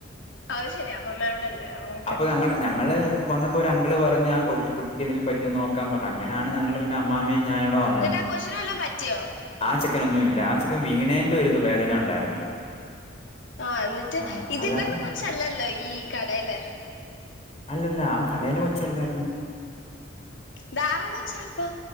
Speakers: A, on the left; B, on the left.
A: അത് ശരിയാ അമ്മാമ്മ അവിടെല്ലേ ഓക്കെ
B: അപ്പോ ഞങ്ങ ഞങ്ങള് വന്നപ്പോൾ ഒരു അങ്കിള് പറഞ്ഞ് ആഹ് കുട്ടക്കെന്തെങ്കിലും പറ്റിയോന്ന് നോക്കാൻ പറഞ്ഞു അങ്ങനാണ് ഞങ്ങള് പിന്നെ അമ്മാമയും ഞാനുടെ വ
A: എന്നിട്ടാ കൊച്ചിന് വല്ലോം പറ്റിയോ
B: ആഹ് ചെക്കനൊന്നും ഇല്ല ആഹ് ചെക്കൻ വീണേന്റെ ഒരു വേദന ഉണ്ടായിരുന്നു
A: ആഹ് എന്നിട്ട്
B: ആ
A: ഇത്
B: അല്ലാത്ത
A: ഇവരുടെ കൊച്ചല്ലല്ലോ ഈ കടയിലേ
B: അല്ലല്ല ആഹ് കടയിലെ കൊച്ചല്ലായിന്ന്
A: ഇതാരുടെ കൊച്ച അപ്പൊ